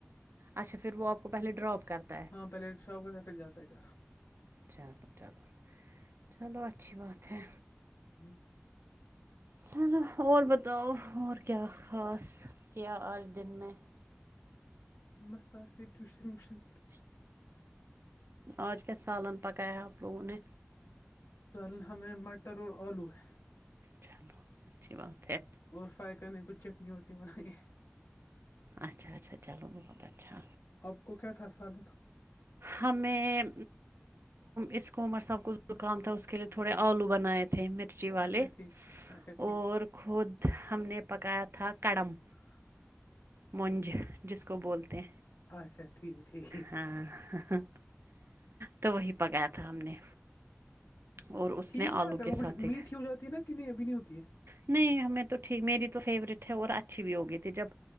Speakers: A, on the right (about 65°); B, on the left (about 80°).
A: اچھا پھر وہ آپ کو پہلے ڈاپ کرتا ہے
B: ہاں پہلے شاپ گہ پھر جاتا ہے گھر
A: چلو چلو چلو اچھی بات ہے
B: ہوں
A: چلو اور بتاؤ اور کیا خاص کیا آج دن میں
B: مس سے ٹیوشن ویوشن
A: آج کیا سالان پکایا آپ لوگوں نے
B: سر ہمیں مٹر اور آلو ہے
A: چلو اچھی بات ہے
B: اور فرائی کرنے کی کچھ چٹنی وٹنی بنائیے
A: اچھا اچھا چلو بہت اچھا
B: آپ کو کیا تھا سالن
A: ہمیں اس کو عمر صاحب کو زکام تھا اس کے لیے تھوڑے آلو بنائے تھے تھے مرچی والے
B: اچھا ٹھیک اچھا ٹھیک
A: اور خود ہم نے پکایا تھا کڑم
B: ہاں
A: مونج جس کو بولتے ہیں
B: ہے اچھا ٹھیک ٹھیک
A: ہاں تو وہی پکایا تھا ہم نے اور اس
B: ٹھیک
A: نے
B: ہواتا
A: آلو
B: ہے
A: کے
B: وہ
A: ساتھ
B: کچھ
A: ایک
B: میٹھی ہو جاتی ہے نا کہ نہیں ابھی نہیں ہوتی ہے
A: نہیں ہمیں تو ٹھیک میری تو فیوریٹ ہے اور اچھی بھی ہوگی تھی جب